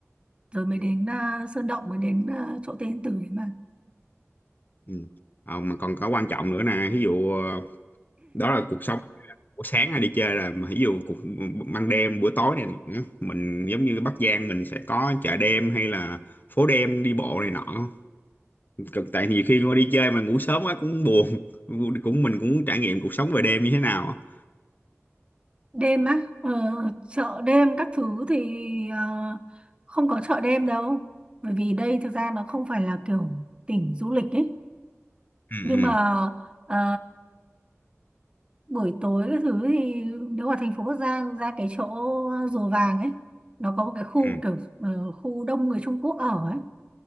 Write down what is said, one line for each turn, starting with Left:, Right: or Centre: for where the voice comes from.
Right: rồi mới
Left: Ừ.
Right: đến à, Sơn Động mới đến à, chỗ Tây Yên Tử đấy mà
Left: Ừ. Ờ, mà còn có quan trọng nữa nè ví dụ ờ, đó là cuộc sống buổi sáng hay đi chơi là mà ví dụ cuộc ban đêm buổi tối này nữa, mình giống như Bắc Giang mình sẽ có chợ đêm hay là phố đêm đi bộ này nọ Cực- tại nhiều khi mà đi chơi mà ngủ sớm quá cũng buồn cũng mình cũng muốn trải nghiệm cuộc sống về đêm như thế nào
Right: đêm á ờ, chợ đêm các thứ thì ờ, không có chợ đêm đâu bởi vì đây thực ra nó không phải là kiểu tỉnh du lịch ấy
Left: ừ,
Right: nhưng
Left: ừ,
Right: mà ờ, buổi tối các thứ thì nếu mà thành phố Bắc Giang ra cái chỗ Rùa Vàng ấy nó có một cái khu
Left: ừ.
Right: kiểu ờ, khu đông người Trung Quốc ở ấy